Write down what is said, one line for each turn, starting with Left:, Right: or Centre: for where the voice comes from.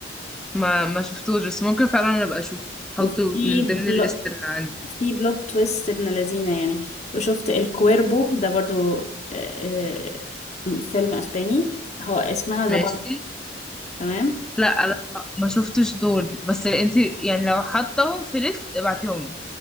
Centre: ما ما شفتوش بس ممكن فعلا انا ابقى اشوفه احطه
Left: وفي
Centre: من
Left: بل...
Centre: ضمن الليست اللي عندي
Left: في بلوت تويست ابن لذينه يعني وشفت الكويربو ده برضو آه، آه، فيلم اسباني هو اسمها ذا
Centre: ماشي
Left: بالت تمام
Centre: لا انا ما شفتش دول بس انت يعني لو حطهم في ليست ابعتيهم لي